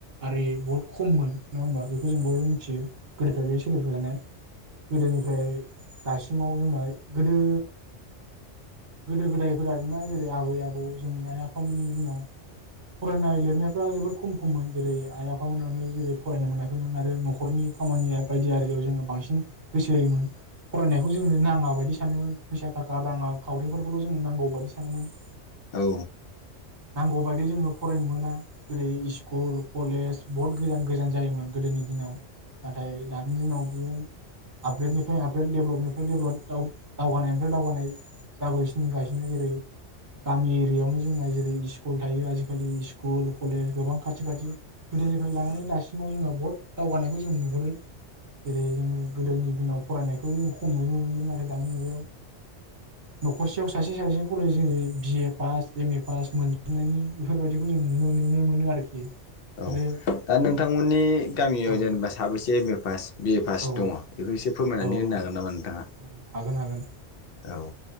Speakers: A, on the right; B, on the left.
A: आरि बहुद खममोन। नङा होमबा बेखौ जों बयबो मिथियो गोदोफ्राय बे सोलिफोबाय थानाय गोदोनिफ्राय दा सिमाव जोंनाय गोदो। गोदो गोदायफोर आरोना जेरै आबै आबौ जोंनि आइ आफ फामोननि दिनाव फरायनाय लिरनायफ्रा जोबोद। खम खममोन जेरै आइ आफामोनानो जेरै फरायनो मोनाखैमोन आरो न'ख न'खरनि खामानिया बायदिया आरियाव जोङो। बांसिन गोसो होयोमोन। फरायनायखौ जोंनो नाङा बायदि सानोमोन। फैसा थाखा राङा खौल' जोङो नांगौ बादि सानोमोन।
B: औ
A: नांगौबायदि जोङो फरायनो मोना। ओरै इस्कुल कलेज बहुद गोजान गोजान जायोमोन गोदोनि दिनाव। नाथाय दानि दिनाव इदि आपग्रेडनिफ्राय आपग्रेड डेभलपनिफ्राय डेभलप दाव-दावगानायनिफ्राय दावगानाय जाबोगासिनो गासिनो जेरै गामि एरियायावनो जोंना जेरै इस्कुल थायो आजिखालि इस स्कुल कलेज गोबां खाथि खाथि गोदोनिफ्राय लानानै दासिमाव जोङो बहुद दावगानायखौ जों नुहुरो। जेरै जोङो गोदोनि दिनाव फरायनायखौ जों खम नुनोमोनोमोन नाथाय दानि मुगायाव नखरसेयाव सासे सासे खरे जेरै बिए पास एम ए पास मोनजोबनायनि बेफोरबायदिखौ जों नुनो नुनो मोनो आरोखि।
B: औ
A: आरो
B: दा नोंथांमोननि गामियाव
A: औ
B: जेनेबा साबैसे M A pass B A pass
A: औ
B: दङ बेखौ एसे फोरमायनानै
A: औ
B: होनो हागोन नामा नोंथाङा
A: औ हागोन हागोन
B: औ।